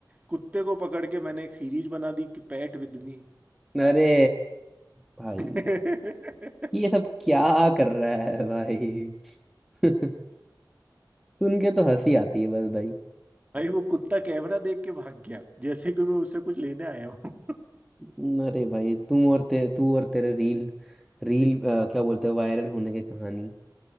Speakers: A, on the right; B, in the centre.
A: कुत्ते को पकड़ के मैंने एक सीरीज बना दी कि पैट विद मी
B: अरे भाई
A: <laughs>
B: ये सब क्या कर रहा है भाई <laughs> सुन के तो हंसी आती है बस भाई
A: भाई वो कुत्ता कैमरा देख के भाग गया जैसे कि मैं उससे कुछ लेने आया हूँ <laughs>
B: अरे भाई तुम और ते, तू और तेरे रील रील अ, क्या बोलते हैं वायरल होने की कहानी